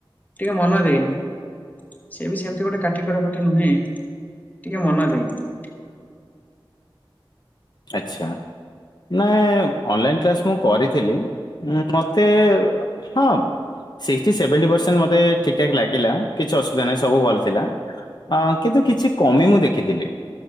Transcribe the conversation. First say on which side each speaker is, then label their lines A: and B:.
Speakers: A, on the left (about 20°); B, on the left (about 50°).
A: ଟିକେ ମନ ଦେଇନି। ସିଏବି ସେମିତି ଗୋଟେ କାଟିବାର କଥା ନୁହେଁ, ଟିକେ ମନ ଦେଇନି।
B: ଆଚ୍ଛା। ନାଇଁ ଅନଲାଇନ କ୍ଲାସ ମୁଁ କରିଥିଲି ମତେ ହଁ ସିକ୍ସଟି ସେଭେଣ୍ଟି ପରସେଣ୍ଟ ମତେ ଠିକ୍ ଠାକ୍ ଲାଗିଲା, କିଛି ଅସୁବିଧା ନାହିଁ ସବୁ ଭଲ ଥିଲା। ଅ କିନ୍ତୁ କିଛି କମି ମୁଁ ଦେଖିଥିଲି